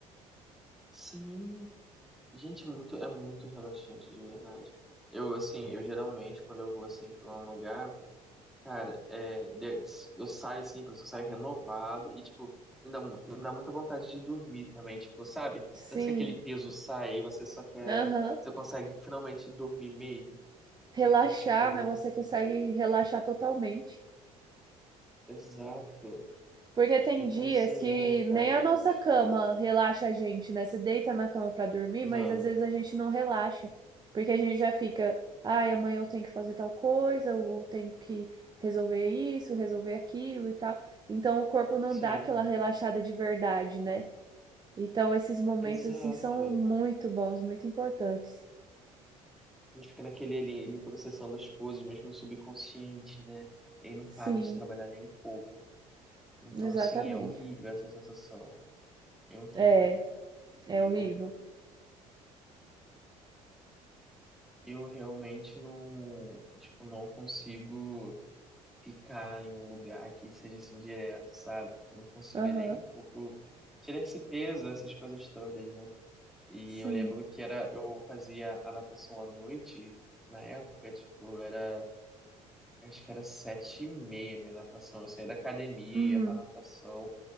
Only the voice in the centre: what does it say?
Sim, gente, muito, é muito relaxante, de verdade. Eu, assim, eu geralmente, quando eu vou, assim, pra um lugar. Cara, é, de- eu saio assim, parece que eu saio renovado e, tipo, me dá, mu- me dá muita vontade de dormir também, tipo, sabe?
Parece que aquele peso sai e você só quer,
você consegue finalmente dormir mesmo.
Então, tipo, nossa,
exato.
Então,
assim,
ai,
cara,
coisa
gostosa.
Não,
sim,
exato.
A gente fica naquele ali, ali processando as coisas, mesmo no subconsciente, né? E aí não
para de trabalhar nem um pouco. Então,
assim, é horrível essa sensação. É horrível.
E
eu, eu realmente não, tipo, não consigo ficar em um lugar que seja assim direto, sabe? Eu não consiga
nem um pouco tirar esse peso, essas coisas todas, né? E
eu lembro que era, eu fazia a natação à noite, na época, tipo, era, eu acho que era sete e meia minha natação. Eu saía da academia,
ia pra natação.